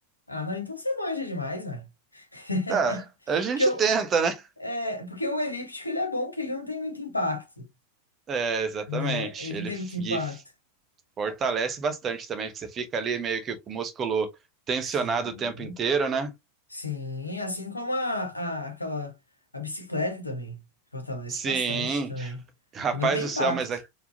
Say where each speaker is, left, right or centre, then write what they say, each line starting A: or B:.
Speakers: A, on the left (about 80°); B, on the right (about 25°).
A: Ah, não, então você manja demais, velho.
B: Tá,
A: <laughs>
B: a gente
A: Porque, o-
B: tenta, né? <laughs>
A: é, porque o elíptico ele é bom, que ele não tem muito impacto,
B: É, exatamente.
A: né? Ele
B: Ele
A: não tem
B: f-
A: muito impacto.
B: e fortalece bastante também, porque você fica ali meio que com o músculo tensionado
A: Sim.
B: o tempo inteiro, né?
A: Sim, assim como a, a- aquela a bicicleta também. Fortalece
B: Sim,
A: bastante também.
B: rapaz
A: E não tem
B: do céu,
A: impacto.
B: mas